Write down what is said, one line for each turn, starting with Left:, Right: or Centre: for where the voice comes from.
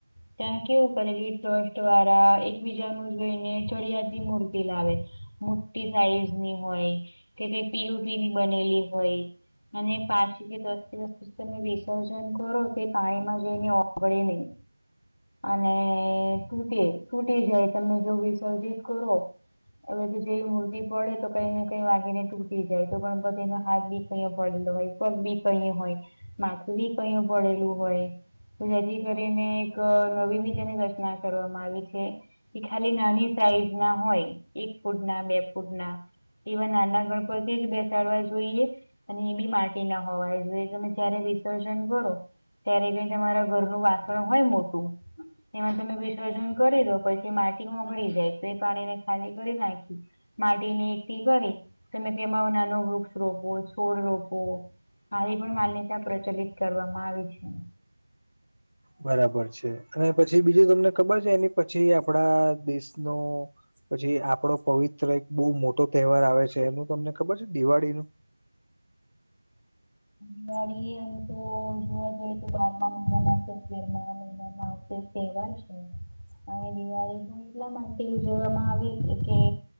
Left: ત્યાં કેવું કરે ટ્રસ્ટ વારા એકબીજાનું જોઈને ચડિયાતી મૂર્તિ લાવે. મોટી સાઈઝની હોય કે કંઈ પીઓપીની બનેલી હોય. અને પાંચ કે દસ દિવસ <unintelligible> તમે વિસર્જન કરોતે પાણીમાં જઈને ઓગળે નહીં. અને તૂટી તૂટી જાય તમે જો વિસર્જિત કરો. હવે તો જેવી મૂતી પડે તો કંઈ ને કંઈ વાગીને તૂટી જાયતો ગણપતિનો હાથબી કંઈ પડેલો હોય, પગબી કંઈ હોય. માથું ભી કયે ભડેલું હોય. જેથી કરીને એક નવીભી તેની રચના કરવામાં આવી છે. એ ખાલી નાની સાઈઝના હોય એક ફૂટના બે ફૂટના. એવા નાના ગણપતિ જ બેસાડવા જોઈએ. અને એબી માટીના હોવા જોઈએ તમે જયારે વિસર્જન કરો. ત્યારે કંઈ તમારા ઘરનું વાસણ હોય મોટું. એમાં તમે વિસર્જન કરીદો પછી માટી ઓગળી જાય તોએ પાણીને ખાલી કરી નાખી. માટીની એકઠી કરી તમે તેમાં નાનો વૃક્ષો રોપો છોડ રોપો. આવી પણ માન્યતા પ્રચલિત કરવામાં આવી છે.
Right: બરાબર છે અને પછી બીજું તમને ખબર છે એની પછી આપડા દેશનો પછી આપડો પવિત્ર એક બહુ મોટો તહેવાર આવે છે એનું તમને ખબર છે દિવાળીનું. <inaudible>
Left: દિવાળી એમતો જોવા જઈએ તો બારમા મહિના કે તેરમાં મહિનામાં આવતો એક તહેવાર છે.
Right: <inaudible>
Left: અને દિવાળી પણ એટલા માટે ઉજવવામાં આવે કે કે